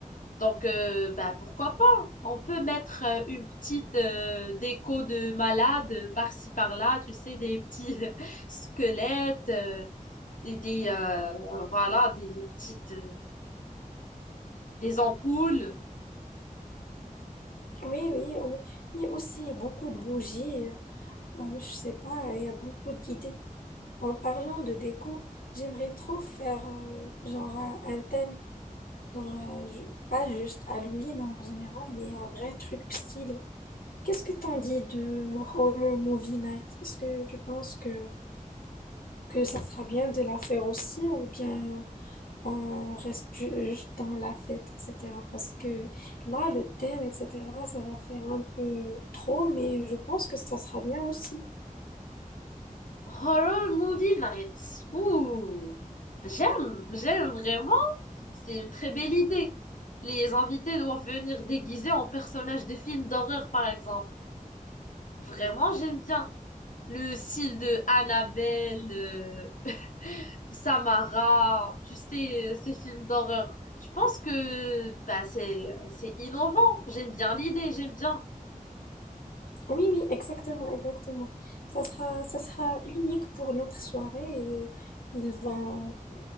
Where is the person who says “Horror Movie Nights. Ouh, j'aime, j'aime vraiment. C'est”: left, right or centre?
Left